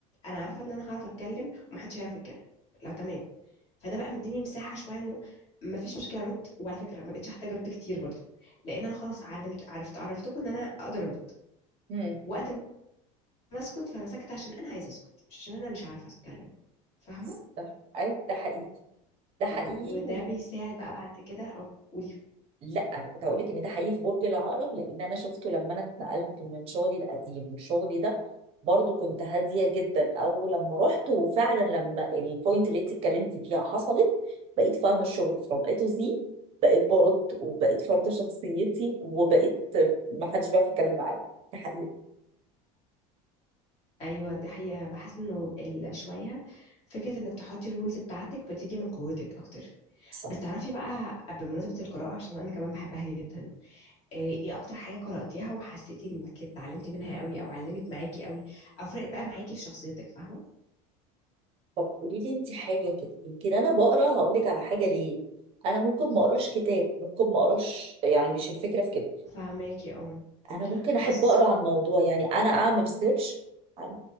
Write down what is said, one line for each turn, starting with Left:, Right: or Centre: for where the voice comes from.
Left: انا عارفه ان انا هعرف اتكلم ومحدش هيعرف يتكلم لو تمام فده بقى مديني مساحه شويه انه ما فيش مشكله ارد وعلى فكره ما بقتش احتاج ارد كتير برضه لان انا خلاص علمت عرفت عرفتكم ان انا اقدر ارد
Right: هم
Left: وقت ما اسكت فانا ساكته عشان انا عايزه اسكت مش عشان انا مش عارفه اتكلم فاهمه
Right: صح اي ده حقيقي ده حقيقي
Left: و- وده بيساعد بقى بعد كده أو قولي
Right: لا انا كنت هقول لك ان ده حقيقي في برج العقرب لان انا شفته لما انا اتنقلت من شغلي القديم والشغل ده برضو كنت هاديه جدا اول لما رحت وفعلا لما البوينت اللي انت اتكلمتي فيها حصلت بقيت فاهمه الشغل فروم اي تو زي بقيت برد وبقيت فرض شخصيتي وبقيت ما حدش بيعرف يتكلم معايا ده حقيقي
Left: ايوه دي حقيقة بحس انه ال- شوية فكرة انك تحطي الرولز بتاعتك بتيجي من قوتك اكتر
Right: صح
Left: بس تعرفي بقى بمناسبة القراءة عشان انا كمان بحبها جدا ايه إيه اكتر حاجة قرأتيها وحسيتي انك اتعلمتي منها قوي او علمت معاكي قوي او فرقت بقى معاكي في شخصيتك فاهمة
Right: طب قولي لي انت حاجه كده يمكن انا بقرا هقول لك على حاجه ليه انا ممكن ما اقراش كتاب ممكن ما اقراش يعني مش الفكره في كده
Left: فاهماكي اه
Right: انا ممكن احب
Left: بس
Right: اقرا عن موضوع يعني انا اعمل سيرش عن